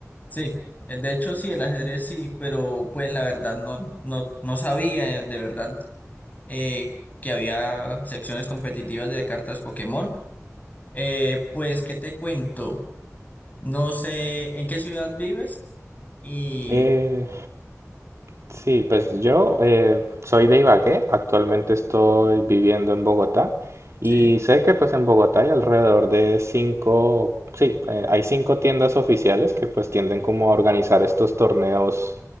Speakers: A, on the left; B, on the right.
A: sí. eh, De hecho, sí, el ajedrez sí, pero pues la verdad no, no, no sabía eh, de verdad eh, que había secciones competitivas de cartas Pokémon. Eh, pues, ¿qué te cuento? No sé en qué ciudad vives y
B: Eh, sí, pues yo eh, soy de Ibagué, actualmente estoy viviendo en Bogotá
A: sí,
B: y sé que pues en Bogotá hay alrededor de cinco, sí, eh, hay cinco tiendas oficiales que pues tienden como a organizar estos torneos